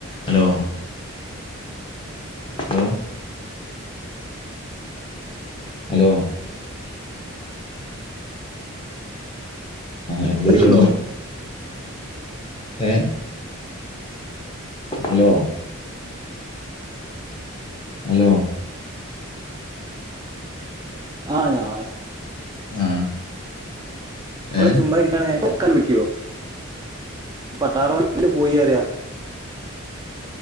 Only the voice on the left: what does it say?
Hello ലോ hello എന്ത്
വിഷയം ഏ ഹലോ ഹലോ
ആ
ഏ